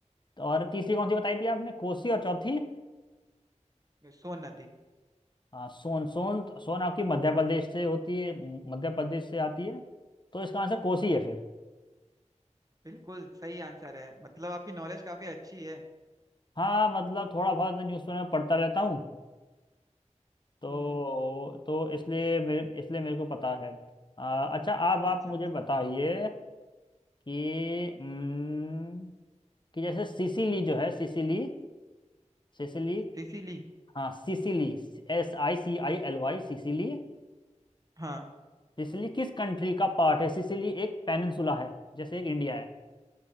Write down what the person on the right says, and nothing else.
सोन नदी
बिल्कुल सही आंसर है मतलब आपकी नॉलेज काफी अच्छी है
हम्म
अच्छा
अच्छा
इसीलिए
हाँ